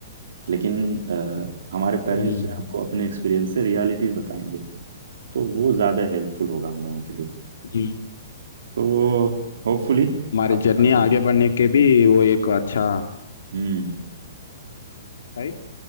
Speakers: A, on the right; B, on the left.
A: लेकिन अ, हमारे पेरेंट्स
B: हम्म
A: जो है आपको अपने एक्सपीरियंस से रियलिटीज़ बताएंगे तो वो ज़्यादा हेल्पफुल होगा हम लोगों के लिए
B: ये
A: तो होपफुली
B: हमारे
A: आपका
B: जर्नी
A: भी
B: आगे बढ़ने के भी वो एक अच्छा
A: हम्म
B: भाई